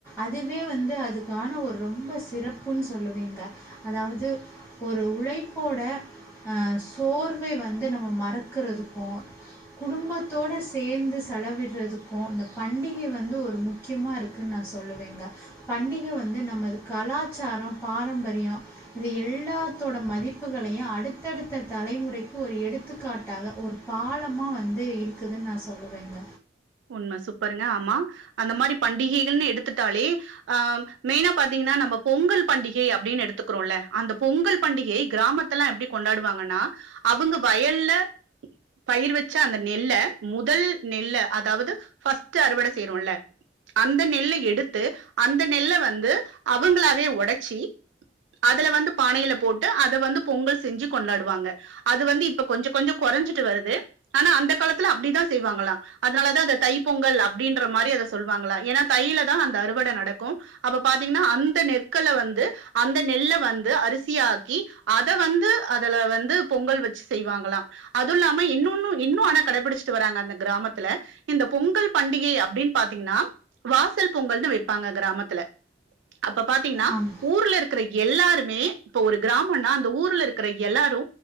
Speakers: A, on the left (about 15°); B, on the right (about 80°).
A: அதுவே வந்து அதுக்கான ஒரு ரொம்ப சிறப்புன் சொல்லுவீங்க அதாவது ஒரு உழைப்போட அ சோர்வை வந்து நம்ம மறக்குறதுக்கு குடும்பத்தோட சேந்து செலவிட்றதுக் அ இந்த பண்டிகை வந்து ஒரு முக்கியமா இருக்குன் நா சொல்லுவேங்க பண்டிக வந்து நம்மது கலாச்சார பாரம்பரிய இது எல்லாத்தோட மதிப்புகளையு அடுத்தடுத்த தலைமுறைக்கு ஒரு எடுத்துக்காட்டாக ஒரு பாலமா வந்து இருக்குதுன் நா சொல்லுவேங்க
B: உண்ம சூப்பருங்க ஆமா அந்த மாரி பண்டிகைகள்னு எடுத்துட்டாலே ஆ மெயினா பாத்தீங்கனா நம்ம பொங்கல் பண்டிகை அப்டினு எடுத்துக்கிறோல அந்த பொங்கல் பண்டிகை கிராமத் துலலா எப்டி கொண்டாடுவாங்கனா அவங்க வயல்ல பயிர் வச்ச அந்த நெல்ல முதல் நெல்ல அதாவது ஃபர்ஸ்ட்டு அறுவட செய்றோல்ல அந்த நெல்ல எடுத்து அந்த நெல்ல வந்து அவங்களாவே ஒடச்சி அதுல வந்து பானையில போட்டு அத வந்து பொங்கல் செஞ்சி கொண்டாடுவாங்க அது வந்து இப்ப கொஞ்ச கொஞ்ச கொறஞ்சிட்டு வருது ஆனா அந்த காலத்துல அப்டிதா செய்வாங்களா அதனாலதா அத தை பொங்கல் அப்டின்ற மாரி அத சொல்வாங்களா ஏனா தைலதா அந்த அறுவட நடக்கு அப்ப பாத்தீங்கன்னா அந்த நெற்கல வந்து அந்த நெல்ல வந்து அரிசியாக்கி அத வந்து அதுல வந்து பொங்கல் வச்சி செய்வாங்களா அது இல்லாம இன்னொன்னு இன்னு ஆனா கடபிடிச்சிட்டு வராங்க அந்த கிராமத் துல இந்த பொங்கல் பண்டிகை அப்டின் பாத்தீங்கனா வாசல் பொங்கல்னு வெப்பாங்க கிராமத்துல அப்ப பாத்தீங்கன்னா
A: ஆமா.
B: ஊர்ல இரு க்ற எல்லாருமே இப்ப ஒரு கிராமனா அந்த ஊருல இருக்குற எல்லாரு